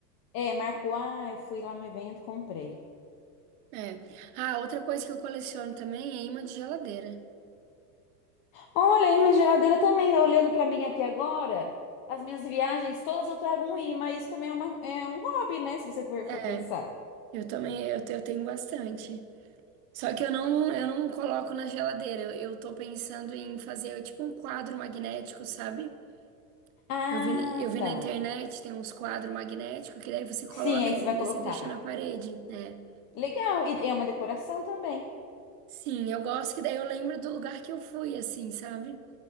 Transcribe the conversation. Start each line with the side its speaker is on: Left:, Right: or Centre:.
Left: é, marcou, ah, eu fui lá no evento, comprei.
Right: É. Ah, outra coisa que eu coleciono também é imã de geladeira.
Left: Olha, aí minha geladeira também tá olhando pra mim aqui agora. As minhas viagens todas eu trago um imã. Isso também é, uma- é um hobby, né? Se você for,
Right: É,
Left: for pensar.
Right: eu também, eu, te- eu tenho bastante. Só que eu não, eu não coloco na geladeira. Eu, eu tô pensando em fazer é tipo um quadro magnético, sabe?
Left: Ah,
Right: Eu vi, eu vi
Left: tá.
Right: na internet, tem uns quadros magnéticos que daí você coloca
Left: Sim, aí você
Right: eles
Left: vai colocar.
Right: e deixa na parede, né?
Left: Legal. E é uma decoração também.
Right: Sim, eu gosto que daí eu lembro do lugar que eu fui, assim, sabe?